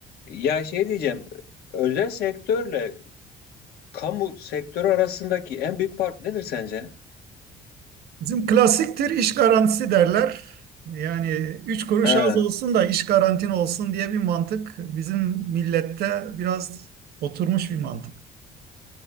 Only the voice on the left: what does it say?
Ya şey diyeceğim, özel sektörle kamu sektörü arasındaki en büyük fark nedir sence?
He,